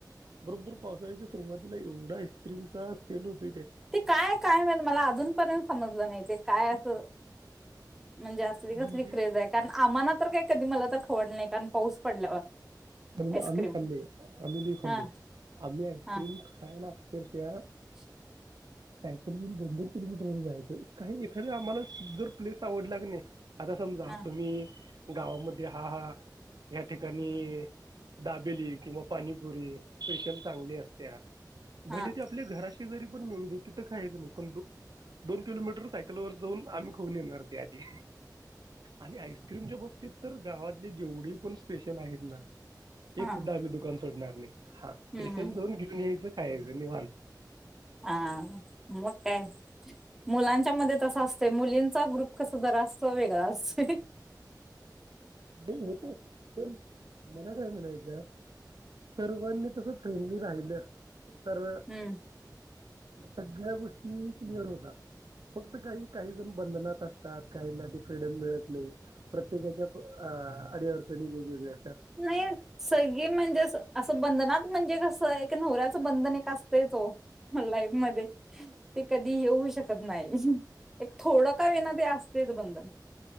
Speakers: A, on the right; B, in the centre.
A: बरोबर पावसाळ्याच्या सुरुवातीला एवढा आस्क्रीम चा सेल होत
B: ते काय काय म्ह मला अजूनपर्यंत समजलं नाही ते काय अस हो म्हणजे असली
A: म्हणजे
B: कसली क्रेज आहे कारण आम्हाना तर काय कधी मला तर खवड नाही कारण पाऊस पडल्यावर
A: आणि
B: आईस्क्रीम
A: आमही खाले आम द खाले
B: हा
A: आमही आईसक्रीम
B: हा
A: खायला सर्ष्या
B: <unintelligible>
A: सायकल घून दोन दोन किलोमीटर व जायचं काही एखादी आम्हाला जर प्लेस आवडलाग नाही आता समजा
B: हा
A: तुम्ही गावामध्ये हा हा या्या ठिकाणी दाबेली किंवा पाणीपुरी स्पेशल चांगली असत्या भले
B: हा
A: ते आपल्या घरा जरी पण मिळ दे तर खायच नाही पण दोन किलोमीटर सायकल वर जाऊन आम्ही खाऊन येणार त्या आधी आणि आईस्क्रीमच्या बाबतीत तर गावातली जेवढे पण स्पेशल आहेत ना
B: हा
A: एक सुद्धा आपली दुकान सोडणार नाही हा स्पेशल
B: हम्म हम्म
A: दोन घेऊन याच काे निव अत
B: हा मु काय मुलांच्या मध्ये तसं असते मुलींचा ग्रुप कस जरा असतो वेगळा असतो
A: ते होत पण मला काय म्हणाय त्या सर्वांनी तसं फेमली राहिलं तर
B: हम्म
A: सगळ्या गष्ट क्लिअर होता फक्त काही काही जण बंधनात असतात काहींना ते फ्रीडम मिळत नाही प्रत्येकाच्या अडी्याारपणी वन
B: नाही सगळी म्हणजे असं? असं बंधनात म्हणजे कसंय? - नवऱ्याचं बंधन एक, असतयच ओ लाईफ मध्ये- कधी येऊही शकत नाही. एक थोडं का होईना? <unintelligible> <unintelligible> बंधन-